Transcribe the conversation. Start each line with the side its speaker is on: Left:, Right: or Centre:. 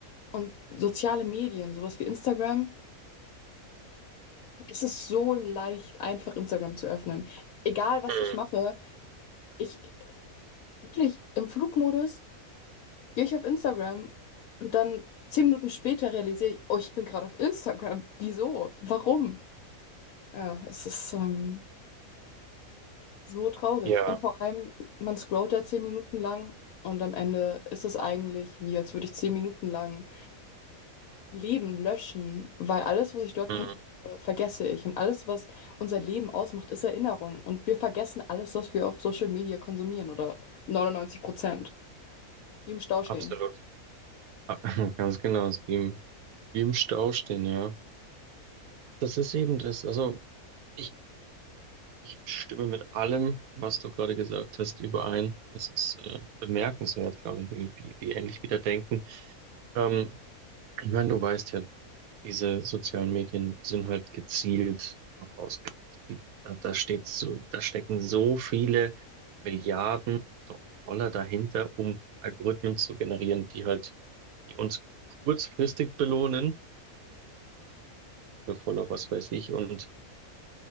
Left: Und soziale Medien, sowas wie Instagram, es ist so leicht, einfach Instagram zu öffnen. Egal, was
Right: Mhm.
Left: ich mache, ich wirklich im Flugmodus gehe ich auf Instagram und dann zehn Minuten später realisiere ich, oh, ich bin gerade auf Instagram. <laughs> Wieso? Warum? Ja, es ist ähm, so traurig.
Right: ja,
Left: Und vor allem, man scrollt da zehn Minuten lang und am Ende ist es eigentlich wie, als würde ich zehn Minuten lang Leben löschen, weil alles, was ich dort
Right: Mhm.
Left: konsumiere, vergesse ich. Und alles, was unser Leben ausmacht, ist Erinnerung. Und wir vergessen alles, was wir auf Social Media konsumieren oder 99 Prozent. Wie im Stau stehen.
Right: absolut. Ah, <laughs> Ganz genau, ist wie im, wie im Stau stehen, ja. Das ist eben das. Also ich, ich stimme mit allem, was du gerade gesagt hast, überein. Es ist äh, bemerkenswert, glaube ich, wie, wie, wie ähnlich wir da denken. Ähm, ich meine, du weißt ja, diese sozialen Medien sind halt gezielt darauf ausgelegt. Da, da steht so, da stecken so viele Milliarden Dollar dahinter, um Algorithmen zu generieren, die halt, die uns kurzfristig belohnen, voller was weiß ich, und